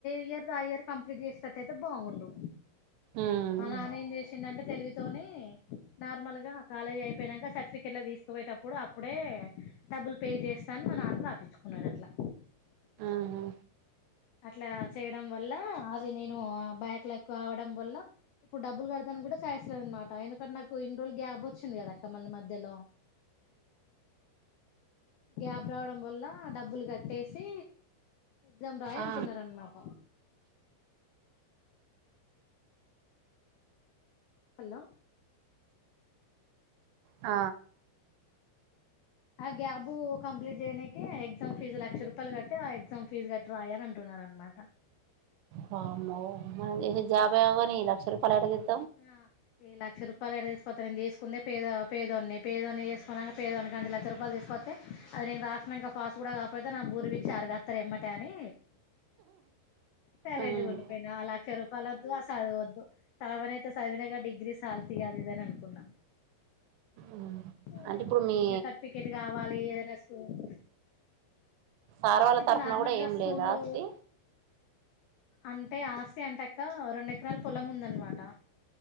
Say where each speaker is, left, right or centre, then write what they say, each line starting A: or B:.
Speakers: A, on the left; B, on the right.
A: ఇయర్ ది ఆ ఇయర్ కంప్లీట్ చేసేటట్టయితే బాగుండు
B: ఉమ్
A: మా నాన్న ఏం చేసిండంటే తెలివితోని నార్మల్ గా కాలేజీ అయిపోయినాక సర్టిఫికెట్ తీసుకుపోయేటప్పుడు అప్పుడే డబ్బులు పే చేస్తాను మా నాన్న రాపించుకున్నాడు అట్లా
B: ఆహా
A: అట్లా చేయడం వల్ల అది నేను బ్యాక్ లక్ అవడం వల్ల ఇప్పుడు డబ్బులు కడతానికి కూడా ఛాయిస్ లేదు అనమాట ఎందుకంటే నాకు ఇన్ని రోజులు గ్యాబ్ వచ్చింది కదా అక్క మళ్ళీ మధ్యలో గ్యాబ్ రావడం వల్ల డబ్బులు కట్టేసి ఎగ్జామ్ రాయి
B: ఆ
A: అంటునారు అనమాట హలో
B: ఆ
A: ఆ గ్యాబ్ కంప్లీట్ చెయ్యనికి ఎగ్జామ్ ఫీజు లక్ష రూపాయలు కట్టి ఆ ఎగ్జామ్ పీజు కట్టి రాయాల అంటున్నా అది అన్నమాట
B: వామ్మో మనం చేసే జాబ్ ఏమో గానీ ఈ లక్ష రూపాయలు ఏడ తే
A: ఆ ఏ లక్ష రూపా రూపాలు ఏడ తీసుకత్త నేను చేసుకుందే పేద పేదోన్ని పేదోన్ని చేసుకోన్నాక పేదోని కానుంచి లక్ష రూపాయలు తీసుకస్తే అది నేను రాసినాంక పాస్ కూడా కాకపోతే నా బూరు పీకి చారు గాత్తారు ఎమ్మటే అని సైలెంట్గా
B: ఉమ్
A: ఉండి పోయిన ఆ లక్ష రూపాయలు వద్దు ఆ చదువు వద్దు చదవ చదివినా గా డిగ్రీ సాల్ తి అది ఇది అని అనుకున్నా
B: ఉమ్
A: ఆ
B: అంటే ఇప్పుడు మీ
A: ఇగ సర్టిఫికేట్ కావాలి ఏదైనా స్కూల్
B: సార్ వాళ్ళ
A: ఇప్పుడు
B: తరఫున
A: నార్మల్
B: కూడా
A: గా
B: ఏం
A: స్కూల్లో
B: లేదా ఆస్తి
A: అంటే ఆస్తి అంటే అక్క రెండు ఎకరాల పొలం ఉంది అన్నమాట